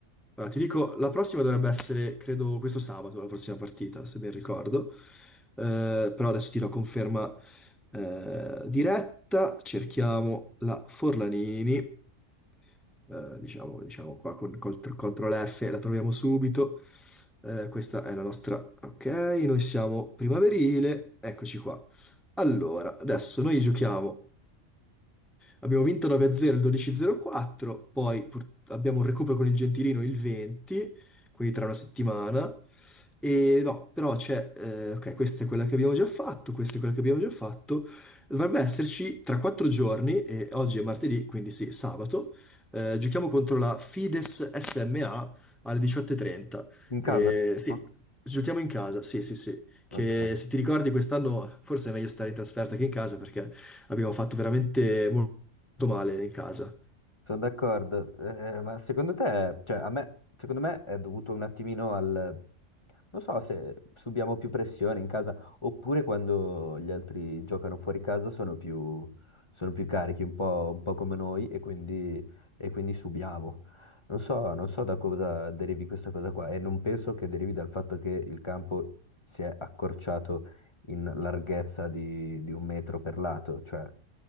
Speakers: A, in the centre; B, on the left (about 25°).
A: Allora, ti dico, la prossima dovrebbe essere, credo, questo sabato, la prossima partita, se ben ricordo. Eh, però adesso ti do conferma eh, diretta. Cerchiamo la Forlanini, eh, diciamo, diciamo qua con col- CTRL F, la troviamo subito. Eh, questa è la nostra... Ok, noi siamo primaverile, eccoci qua. Allora, adesso noi giochiamo Abbiamo vinto 9-0 il 12-04, poi pur- abbiamo un recupero con il Gentilino il 20, quindi tra una settimana. E no, però c'è, eh, ok, questa è quella che abbiamo già fatto, questa è quella che abbiamo già fatto. Dovrebbe esserci tra quattro giorni, e oggi è martedì, quindi sì, sabato. eh, giochiamo contro la Fides SMA alle 18.30.
B: In casa?
A: Eh, sì,
B: No?
A: giochiamo in casa, sì, sì, sì. Che
B: Ok.
A: se ti ricordi quest'anno forse è meglio stare in trasferta che in casa perché abbiamo fatto veramente molto male in casa.
B: Sono d'accordo, eh, eh, ma secondo te, cioè a me, secondo me è dovuto un attimino al, non so se subiamo più pressione in casa oppure quando gli altri giocano fuori casa sono più, sono più carichi, un po', un po' come noi e quindi, e quindi subiamo. Non so, non so da cosa derivi questa cosa qua e non penso che derivi dal fatto che il campo si è accorciato in larghezza di, di un metro per lato, cioè